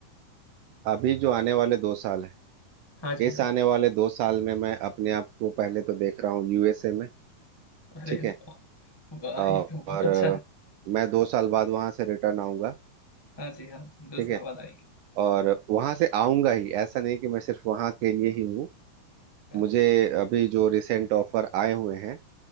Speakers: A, on the right; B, on the left.
A: अभी जो आने वाले दो साल है
B: हाँ जी
A: इस
B: हाँ
A: आने वाले दो साल में मैं अपने आप को पहले तो देख रहा हूँ यूएसए में
B: अरे
A: ठीक
B: वाह
A: है
B: वाह,
A: अ,
B: ये तो बहुत
A: और
B: अच्छा
A: अ,
B: है
A: मैं दो साल बाद वहां से रिटर्न आऊंगा
B: हाँ जी हाँ दो
A: ठीक
B: साल
A: है
B: बाद आएंगे
A: और वहां से आऊंगा ही ऐसा नहीं कि मैं सिर्फ वहां के लिए ही हूँ
B: हाँ,
A: मुझे अभी जो रिसेंट ऑफर आए हुए हैं